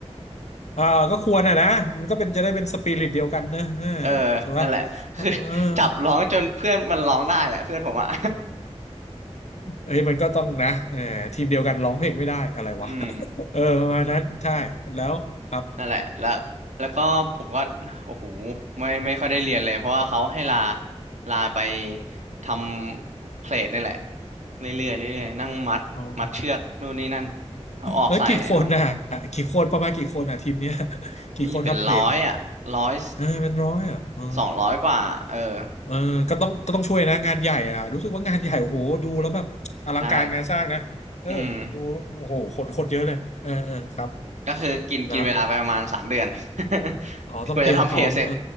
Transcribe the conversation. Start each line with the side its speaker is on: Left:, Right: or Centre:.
Left: อ่าก็ควรอ่ะนะมันก็เป็นจะได้เป็นสปิริตเดียวกันเนอะอ่า
Right: เออ
Left: ใช่ปะ
Right: นั่นแหละคือ
Left: เออ
Right: <laughs> จับร้องจนเพื่อนมันร้องได้อ่ะเพื่อนผมอ่ะ
Left: เอ้ยมันก็ต้องนะเออทีมเดียวกันร้องเพลงไม่ได้อะไรวะ
Right: <laughs> อืม
Left: <laughs> เออประมาณนั้นใช่แล้วครับ
Right: นั่นแหละแล้วแล้วก็ผมก็โอ้โหไม่ไม่ค่อยได้เรียนเลยเพราะว่าเขาให้ลาลาไปทำเพลทนี่แหละเรื่อยๆเรื่อยๆนั่งมัดมัดเชือกนู่นนี่นั่น
Left: <laughs> อ๋อ
Right: เอาออกใส่เอาออกมา
Left: แล้วกี่คนน่ะกี่คนประมาณกี่คนน่ะทีมเนี้ยกี่คนครับเพลนเนี่ย
Right: มีเป็นร้อยอ่ะร้อย
Left: เออเป็นร้อยอ่ะเออ
Right: สองร้อยกว่าเออ
Left: เออก็ต้องก็ต้องช่วยนะงานใหญ่อ่ะรู้สึกว่างานใหญ่โอ้โหดูแล้วแบบอลังการงานสร้างนะเออดูโอ้โหคนคนเยอะเลยเออเออครับ
Right: ใช่อืม ก็คือกินกินเวลาไปประมาณสามเดือน
Left: นะ
Right: <laughs>
Left: อ๋อต้องเตรียมพร้อมเออ
Right: กว่าจะทำเพจเสร็จ